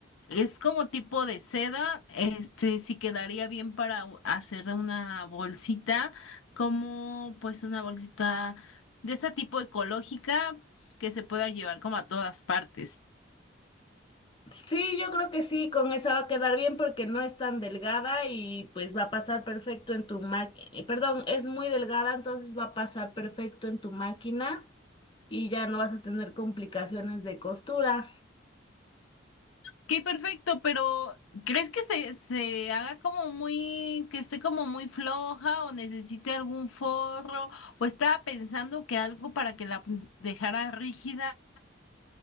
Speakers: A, on the left; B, on the left.
A: es como tipo de seda, este, sí quedaría bien para u- hacer una bolsita, como pues una bolsita de ese tipo ecológica que se pueda llevar como a todas partes.
B: Sí, yo creo que sí, con esa va a quedar bien porque no es tan delgada y pues va a pasar perfecto en tu máquina. Perdón, es muy delgada, entonces va a pasar perfecto en tu máquina y ya no vas a tener complicaciones de costura.
A: Qué perfecto, pero ¿crees que se, se haga como muy, que esté como muy floja o necesite algún forro o estaba pensando que algo para que la p- dejara rígida?